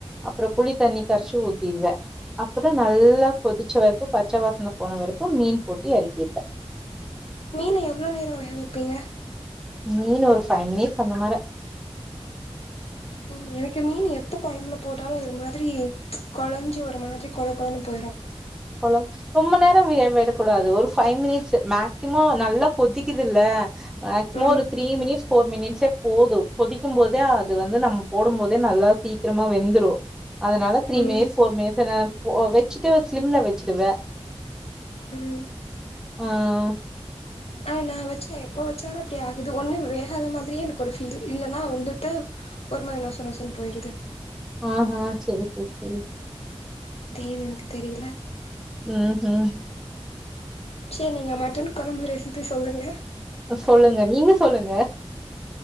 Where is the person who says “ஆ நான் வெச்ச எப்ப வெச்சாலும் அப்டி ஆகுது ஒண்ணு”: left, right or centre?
Left